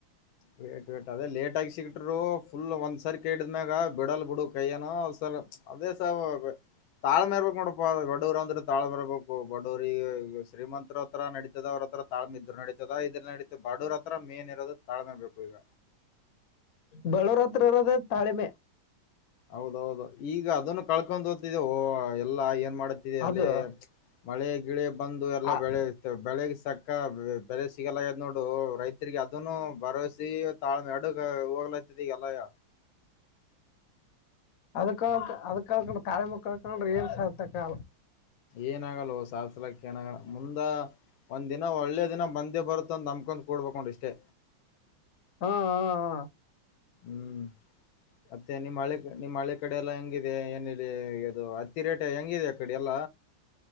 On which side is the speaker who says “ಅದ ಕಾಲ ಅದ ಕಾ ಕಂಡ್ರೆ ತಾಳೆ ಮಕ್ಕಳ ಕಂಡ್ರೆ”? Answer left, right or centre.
Left